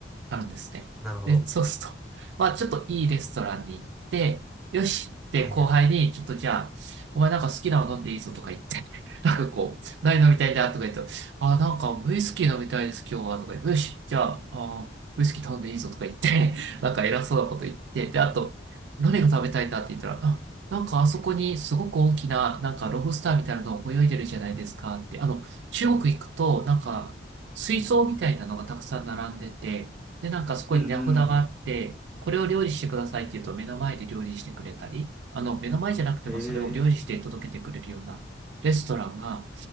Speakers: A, on the right; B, in the centre.
A: あるんですね。
B: なるほど。
A: で、そうすると、<laughs> まあちょっといいレストランに行って、よしって後輩に、
B: はいはい。
A: ちょっとじゃあ、お前なんか好きなの飲んでいいぞとか言って、<laughs> なんかこう、何飲みたいんだとか言って、あ、なんかウイスキー飲みたいです今日はとか言って、よし、じゃあ、あ、ウイスキー頼んでいいぞとか言って、<laughs> なんか偉そうなこと言って、で、あと、何が食べたいんだって言ったら、あ、なんかあそこにすごく大きな、なんかロブスターみたいなの泳いでるじゃないですかって、あの、中国行くと、なんか、水槽みたいなのがたくさん並んでて、で、なんかそこに値札があって、
B: うんうんうん。
A: これを料理してくださいって言うと目の前で料理してくれたり、あの、目の前じゃなくてもそれを料理して届けてくれるようなレストランが、
B: ええ